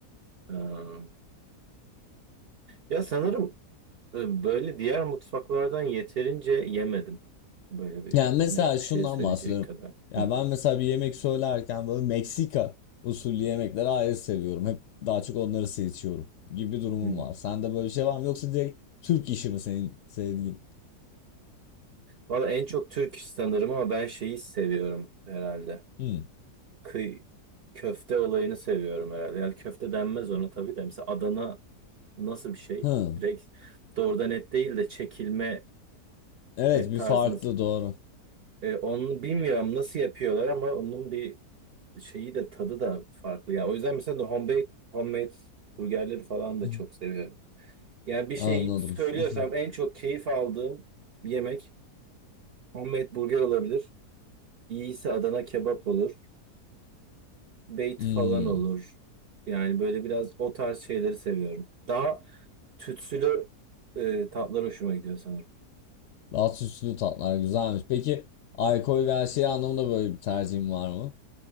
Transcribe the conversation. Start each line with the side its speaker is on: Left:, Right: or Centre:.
Right: Ee, ya sanırım e, böyle diğer mutfaklardan yeterince yemedim. Böyle bir
Left: Yani mesela
Right: net
Left: şundan
Right: bir şey söyleyecek
Left: bahsediyorum.
Right: kadar.
Left: Ya
Right: Hı,
Left: ben mesela bir yemek söylerken böyle Meksika usulü yemekleri ayrı seviyorum. Hep daha çok onları seçiyorum gibi bir durumum
Right: hı.
Left: var. Sende böyle bir şey var mı? Yoksa direkt Türk işi mi senin sevdiğin?
Right: Valla en çok Türk iş sanırım ama ben şeyi seviyorum herhalde.
Left: Hmm.
Right: kıy köfte olayını seviyorum herhalde. Yani köfte denmez ona tabii de. Mesela Adana nasıl bir şey?
Left: hı.
Right: Direkt doğrudan et değil de çekilme
Left: Evet
Right: et
Left: bir
Right: tarzınız.
Left: farklı doğru.
Right: E, onu bilmiyorum nasıl yapıyorlar ama onun bir şeyi de tadı da farklı. Yani o yüzden mesela no homemade, homemade burgerleri falan
Left: <laughs>
Right: da çok seviyorum. Yani bir şey
Left: Anladım.
Right: söylüyorsam
Left: <laughs>
Right: en çok keyif aldığım yemek homemade burger olabilir. İyiyse Adana kebap olur. bait
Left: Hmm.
Right: falan olur. Yani böyle biraz o tarz şeyleri seviyorum. Daha tütsülü e, tatlar hoşuma gidiyor sanırım.
Left: Daha süslü tatlar güzelmiş. Peki alkol ve her şey anlamında böyle bir tercihin var mı?